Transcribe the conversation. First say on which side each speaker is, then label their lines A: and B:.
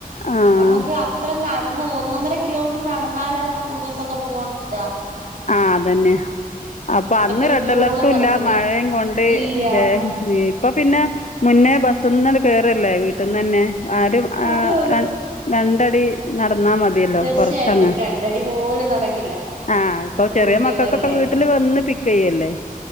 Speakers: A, on the left (about 55°); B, on the right (about 60°).
A: ആ
B: നമുക്ക് അത്രം നടന്ന് ഒന്നന്നര കിലോമീറ്റർ നടന്നാല സ്കൂൾ ബസ്സ ഒക്കെ പോവാൻ കിട്ടാ
A: ആ അതന്നെ അപ്പൊ അന്ന്
B: പത്ത് മിനിറ്റോളം
A: റെഡ് അലർട്ടും
B: നടക്കണം
A: ഇല്ല മഴയും കൊണ്ട്
B: ഇല്ല
A: ബേ ഇപ്പ പിന്നെ മുന്നേ ബസന്ന കേയറല്ലേ വീട്ടിൽന്ന് തന്നെ ആരും ആ
B: അതെ അതെ
A: രണ്ട ടി നടന്നാ മതിയല്ലോ
B: ച്ചയായിട്ടും
A: കൊറച്ചങ്ങ്
B: രണ്ടടി പോലും നടക്കില്ല
A: ആ ഇപ്പൊ
B: ഇവിടുത്തെ
A: ചെറിയ
B: കുട്ടികളല്ലേ
A: മക്കൾക്കൊക്കെ വീട്ടില് വന്ന് പിക്ക് ചെയ്യല്ലേ